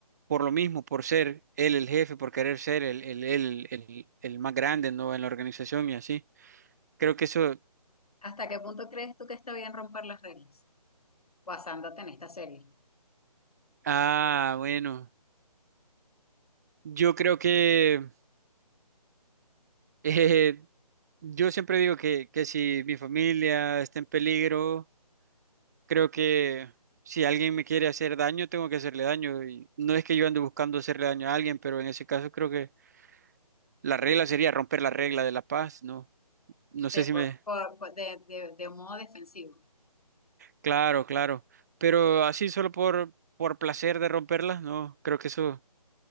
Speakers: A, on the right (about 25°); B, on the left (about 70°).
A: por lo mismo, por ser él el jefe, por querer ser el, el, el, el, el más grande, ¿no? en la organización y así. Creo que eso...
B: ¿Hasta qué punto crees tú que está bien romper las reglas? Basándote en esta serie.
A: Ah, bueno. Yo creo que... <laughs> eh, yo siempre digo que, que si mi familia está en peligro, creo que si alguien me quiere hacer daño, tengo que hacerle daño. Y no es que yo ande buscando hacerle daño a alguien, pero en ese caso creo que la regla sería romper la regla de la paz, ¿no? No
B: Sí,
A: sé si
B: por,
A: me,
B: por- por- de, de- de un modo defensivo. <laughs>
A: Claro, claro. Pero así solo por, por placer de romperlas, no, creo que eso